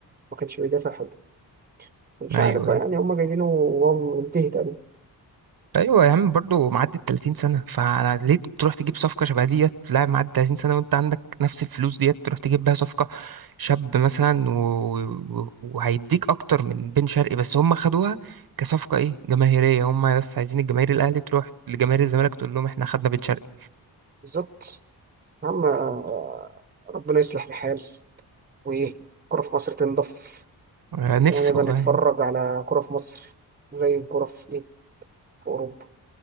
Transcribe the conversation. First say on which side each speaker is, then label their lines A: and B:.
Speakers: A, on the right; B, on the right.
A: ما كانش بيدافع حد مش
B: ايوه
A: عارف بقى
B: أيوه.
A: يعني هما جايبينه وهو منتهي تقريبا
B: ايوه يا عم برضه معدي ال 30 سنه فليه تروح تجيب صفقه شبه ديت لاعب معدي 30 سنه وانت عندك نفس الفلوس ديت تروح تجيب بيها صفقه شاب مثلا و... و... وهيديك اكتر من بن شرقي بس هم خدوها كصفقه ايه جماهيريه هم بس عايزين الجماهير الاهلي تروح لجماهير الزمالك تقول لهم احنا خدنا بن شرقي
A: بالظبط يا عم آه، ربنا يصلح الحال وايه الكرة في مصر تنضف
B: <laughs> نفسي
A: ونبقى
B: والله
A: نتفرج على كرة في مصر زي الكرة في ايه في اوروبا